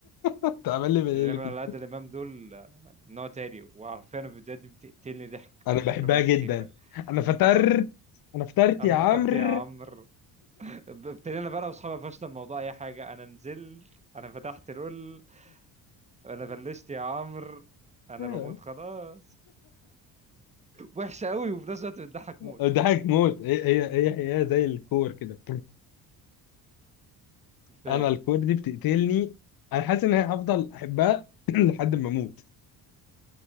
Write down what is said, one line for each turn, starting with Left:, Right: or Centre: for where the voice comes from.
Left: انت عامل ليفل هيلو
Right: اللي بيعملوا
Left: كيتي
Right: على عادل امام دول آه، نوع تاني وعارفين الفيديوهات دي بتقتلني ضحك
Left: انا
Right: من كتر
Left: بحبها
Right: ما هي
Left: جدا
Right: سخيفه
Left: انا فطرت
Right: اه
Left: انا فطرت
Right: انا
Left: يا عمرو
Right: فطرت يا عمرو ب- ابتدينا بقى انا واصحابي فشنا بموضوع اي حاجه انا نزلت انا فتحت لول انا بلشت يا عمرو انا
Left: <laughs>
Right: بموت خلاص وحشه قوي وفي نفس الوقت بتضحك موت
Left: ضحك موت هي هي هي هي زي الكور كده
Right: في
Left: انا الكور دي بتقتلني انا حاسس ان انا هفضل احبها <clears throat> لحد ما اموت